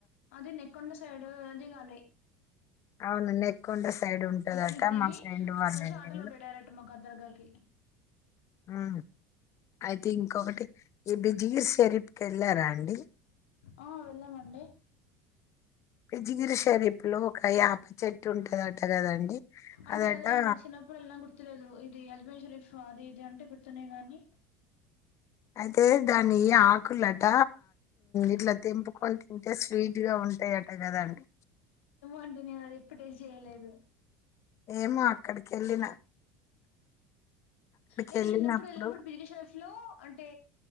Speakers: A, on the left; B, on the left.
A: అది నెకొండ సైడు దిగాలి
B: అవును నెక్కొండ సైడ్ ఉంటదట
A: అక్కడ దిగి
B: మా ఫ్రెండ్
A: అక్కడ
B: వాళ్ళ
A: నుంచి ఆటోలు
B: ఇల్లు
A: ఉంటాయి డైరెక్ట్ మాకద్దర్గాకి
B: మ్ అయితే ఇంకొకటి ఈ బిజిలి షెరిప్ కెళ్ళారా అండి
A: ఆ వెళ్ళామండి
B: బిజిగిరి షరీప్ లో ఒక యాప చెట్టు ఉంటదట టకదండి
A: అది
B: అదటా
A: అదే అండి చిన్నప్పుడు వెళ్ళినా గుర్తులేదు ఇది అజ్మేర్ షరీఫ్ అది ఇది అంటే గుర్తునే గానీ
B: అయితే దాని ఆకులట ఇట్ల తెంపుకొని తింటే స్వీట్ గా ఉంటది దట కదా అండి
A: అండి ఏమో అది ఎప్పుడు టేస్ట్ చేయలేదు
B: ఏమో అక్కడికి ఎళ్ళిన
A: నేను
B: వెళ్ళినప్పుడు
A: చిన్నప్పుడు ఎళ్ళినప్పుడు బిజిలిషరఫ్ లో అంటే